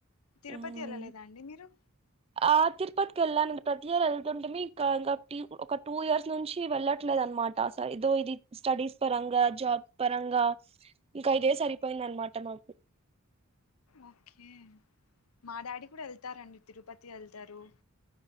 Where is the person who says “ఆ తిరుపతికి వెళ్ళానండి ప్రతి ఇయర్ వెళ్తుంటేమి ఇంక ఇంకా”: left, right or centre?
Right